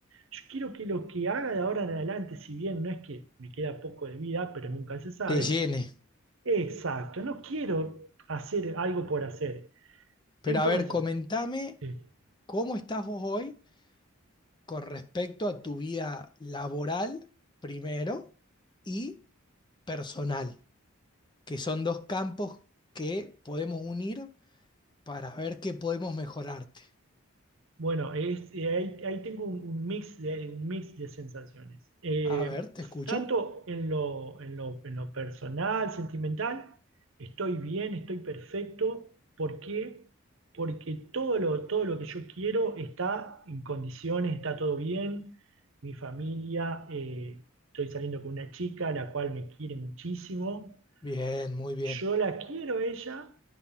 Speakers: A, on the right; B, on the left.
A: yo quiero que lo que haga de ahora en adelante, si bien no es que me queda poco de vida, pero nunca se sabe,
B: Te llene.
A: exacto, no quiero hacer algo por hacer.
B: Pero
A: Entonces,
B: a ver, comentame
A: Sí.
B: cómo estás vos hoy con respecto a tu vida laboral, primero, y personal, que son dos campos que podemos unir para ver qué podemos mejorarte.
A: Bueno, es, eh, ahí, ahí tengo un, un mix de, un mix de sensaciones. Eh,
B: A ver, te escucho.
A: tanto en lo, en lo, en lo personal, sentimental, estoy bien, estoy perfecto. ¿Por qué? Porque todo lo, todo lo que yo quiero está en condiciones, está todo bien. Mi familia, eh, estoy saliendo con una chica, la cual me quiere muchísimo
B: Bien, muy bien.
A: yo la quiero a ella,